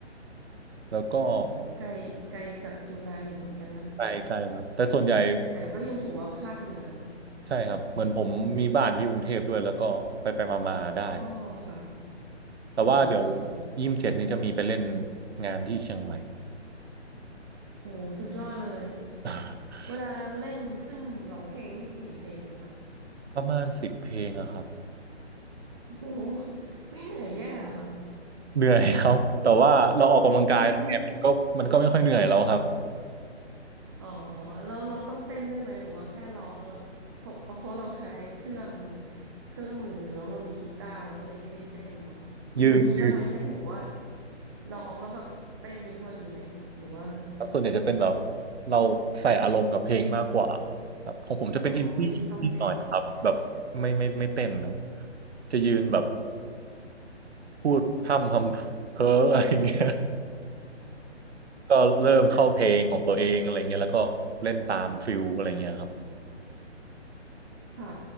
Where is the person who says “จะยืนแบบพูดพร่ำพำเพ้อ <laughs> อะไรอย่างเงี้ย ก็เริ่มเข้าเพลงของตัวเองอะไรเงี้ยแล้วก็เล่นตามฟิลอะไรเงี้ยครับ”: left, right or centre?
Right